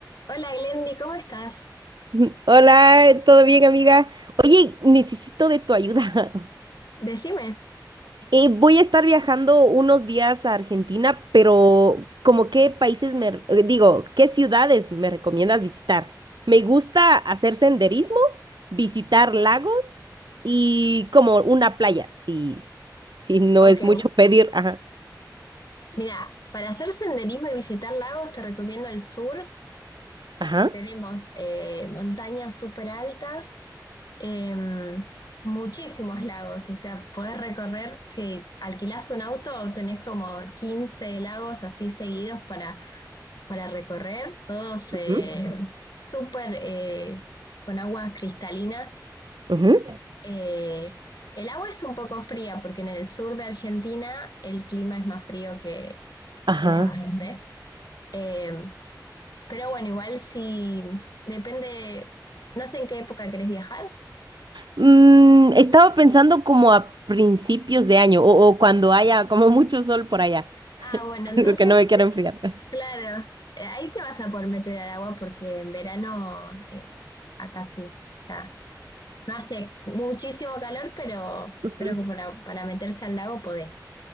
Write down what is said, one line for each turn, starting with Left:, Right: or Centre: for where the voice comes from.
Left: Hola Glendy, ¿cómo estás?
Right: <laughs> Hola, ¿todo bien, amiga? Oye, necesito de tu ayuda. <laughs>
Left: Decime.
Right: Eh, voy a estar viajando unos días a Argentina, pero ¿como qué países me, re- eh, digo, qué ciudades me recomiendas visitar? Me gusta hacer senderismo, visitar lagos y como una playa, si, si no
Left: Ok,
Right: es mucho pedir. Ajá,
Left: mira, para hacer senderismo y visitar lagos te recomiendo el sur,
Right: ajá,
Left: que tenemos eh, montañas súper altas, em, muchísimos lagos, o sea, podés recorrer, si alquilás un auto, tenés como 15 lagos así seguidos para, para recorrer, todos eh,
Right: ujú,
Left: súper eh, con aguas cristalinas.
Right: ujú,
Left: Eh, el agua es un poco fría porque en el sur de Argentina el clima es más frío que,
Right: ajá.
Left: que en el Ah. norte. Eh, pero bueno, igual si depende, no sé en qué época querés viajar.
Right: Mm, estaba pensando como a principios de año o o cuando haya como mucho sol por allá.
Left: Ah, bueno,
Right: <laughs>
Left: entonces,
Right: porque no me quiero
Left: te-
Right: enfriar.
Left: claro, eh, ahí te vas a poder meter al agua porque en verano eh, acá sí está. No hace muchísimo calor, pero,
Right: Ujú.
Left: pero como para, para meterse al lago podés.